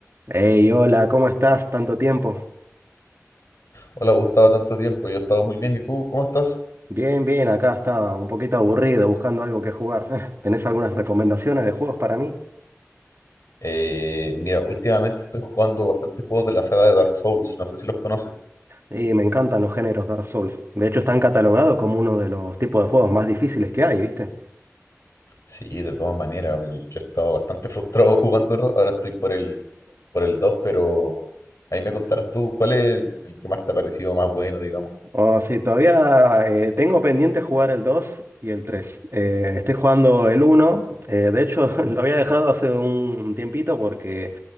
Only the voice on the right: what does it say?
Hey, hola, ¿cómo estás? Tanto tiempo.
Bien, bien, acá estaba un poquito aburrido buscando algo que jugar. <laughs> ¿Tenés algunas recomendaciones de juegos para mí?
Y me encantan los géneros Dark Souls. De hecho, están catalogados como uno de los tipos de juegos más difíciles que hay, ¿viste?
O si todavía eh, tengo pendiente jugar el 2 y el 3. Eh, estoy jugando el uno. eh, de hecho, <laughs> lo había dejado hace un tiempito porque